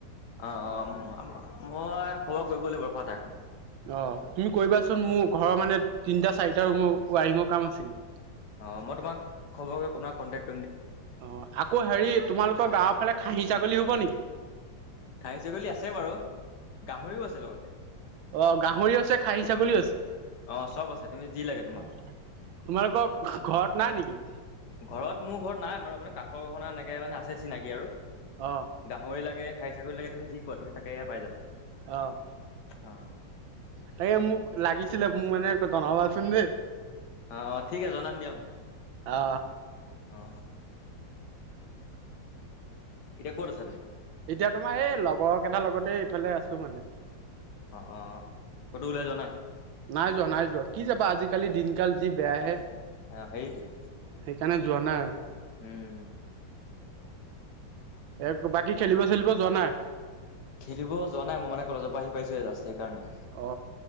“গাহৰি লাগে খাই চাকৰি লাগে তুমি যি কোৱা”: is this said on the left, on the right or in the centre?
Left